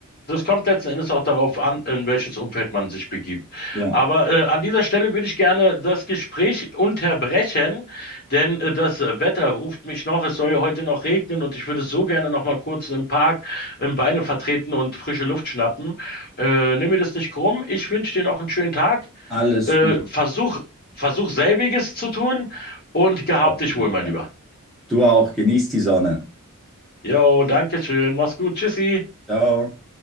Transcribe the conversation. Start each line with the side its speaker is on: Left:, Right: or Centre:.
Left: das kommt letzten Endes auch darauf an, in welches Umfeld man sich begibt.
Centre: Ja,
Left: Aber äh, an dieser Stelle würde ich gerne das Gespräch unterbrechen, denn äh, das Wetter ruft mich noch. Es soll ja heute noch regnen und ich würde so gerne noch mal kurz im Park im Beine vertreten und frische Luft schnappen. Äh, nimm mir das nicht krumm. Ich wünsche dir noch einen schönen Tag
Centre: alles
Left: Äh,
Centre: gut
Left: versuch, versuch selbiges zu tun und gehab
Centre: auf
Left: dich
Centre: jeden
Left: wohl, mein
Centre: Fall.
Left: Lieber.
Centre: Du auch, genieß die Sonne.
Left: Jo, danke schön. Mach's gut. Tschüssi.
Centre: Ciao.